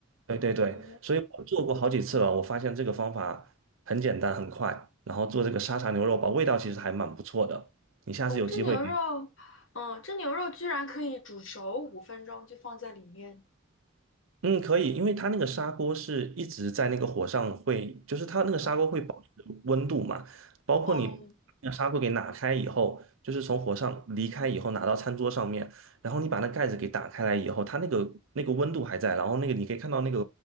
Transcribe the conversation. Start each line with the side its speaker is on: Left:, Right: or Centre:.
Right: 对对对，
Left: 哦
Right: 所以我做过好几次了，我发现这个方法很简单很快，然后做这个沙茶牛肉煲，味道其实还蛮不错的。你下次有机会可以
Left: 哦，这牛肉，嗯，这牛肉居然可以煮熟五分钟就放在里面，
Right: 嗯，可以，因为它那个砂锅是一直在那个火上会，就是它那个砂锅会保持温度嘛，
Left: 嗯
Right: 包括你那个砂锅给拿开以后，
Left: 哦
Right: 就是从火上离开以后拿到餐桌上面，然后你把那盖子给打开来以后，它那个那个温度还在，然后那个你可以看到那个